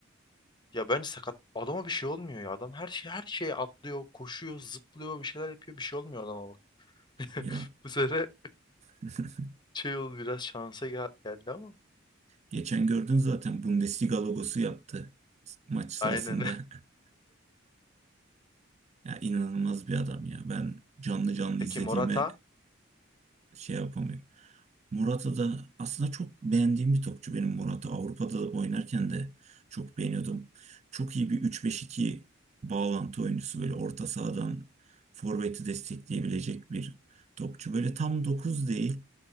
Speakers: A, on the left; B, on the right.
A: Ya bence sakat adama bir şey olmuyor ya. Adam her şey her şeye atlıyor, koşuyor, zıplıyor, bir şeyler yapıyor. Bir şey olmuyor adama bak. <laughs>
B: Ya
A: Bu sefer
B: <laughs>
A: şey oldu biraz şansa gel- geldi ama.
B: geçen gördün zaten Bundesliga logosu yaptı maç sırasında.
A: Aynen.
B: <laughs> Ya inanılmaz bir adam ya. Ben canlı
A: <laughs>
B: canlı
A: Peki
B: izlediğime
A: Morata
B: şey yapamıyorum. Morata da aslında çok beğendiğim bir topçu benim Morata. Avrupa'da da oynarken de çok beğeniyordum. Çok iyi bir üç beş iki bağlantı oyuncusu böyle orta sahadan forveti destekleyebilecek bir topçu. Böyle tam 9 değil.